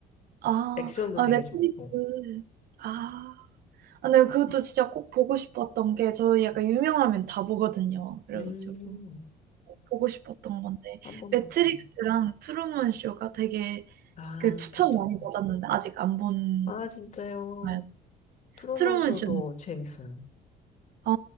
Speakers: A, on the right (about 65°); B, on the left (about 45°).
A: 아.
B: 액션도
A: 아
B: 되게
A: 넷플릭스.
B: 좋고
A: 아. 아 네 그것도 진짜 꼭 보고 싶었던 게 저 약간 유명하면 다 보거든요. 그래
B: 음
A: 가지고 꼭 보고 싶었던 건데
B: 한번
A: 매트릭스랑
B: 봤어요.
A: 트루먼 쇼가 되게
B: 아
A: 그 추천
B: 그쵸.
A: 많이 받았는데 아직 안 본
B: 아 진짜요.
A: 나요?
B: 트루먼
A: 트루먼
B: 쇼도
A: 쇼는
B: 재밌어요.
A: 어.